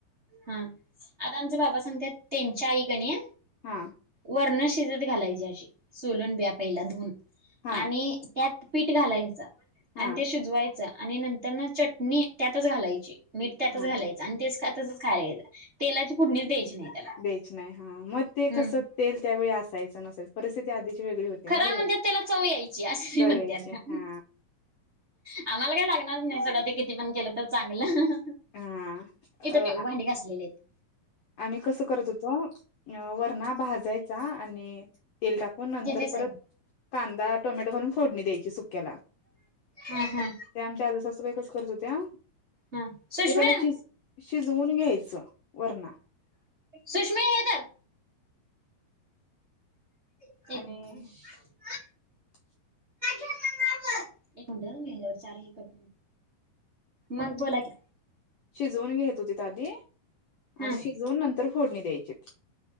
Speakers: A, on the right; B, on the left.
A: हा आता आमच बाबा सांगत्यात त्याची आई कणी
B: हा
A: वर्ण शिजत घालायची अशी सोलून बि पहिला धुऊन
B: हा
A: आणि त्यात पीठ घालायचं आणि
B: हा
A: ते शिजवायचं आणि नंतर न चटणी त्यातच घालायची. मीठ त्यातच
B: हा
A: घालायचं आणि तेच तसच खायला घ्यायच तेलाची फोडणीच द्यायची नाही. त्याला
B: द्यायच नाही हा मग ते
A: हम्
B: कस तेल त्यावेळी असायचं नसायचं परिस्थिती आधीची वेगळी होती
A: खर
B: ना लय
A: म्हणतात त्याला चव यायची अशी
B: जळायची
A: म म्हणत्यात.
B: हा
A: आम्हाला काय लागणार नाही सोडा ते किती पण केलं तर चांगलं.
B: हा
A: इथं ठेव
B: अ
A: भांडी घासलेलीे हैत.
B: आम्ही कसं करत होतो अ वरणा भाजायचा आणि तेल टाकून. मग नंतर
A: दिदीच
B: परत
A: आहे
B: कांदा, टोमॅटो घालून फोडणी द्यायची सुक्याला.
A: हा हा
B: ते आमच्या आजीसासूबाई कस करत होत्या
A: हा सुषमे
B: ते पहिला शिज शिजवून घ्यायचं वरणा
A: सुष्म हेे धर <unintelligible>
B: आणि <inaudible>
A: एक म्हंटल म चार एकरप मग बोला की
B: शिजवून घेत होती आधी आणि
A: हा
B: शिजवून नंतर फोडणी द्यायचीत.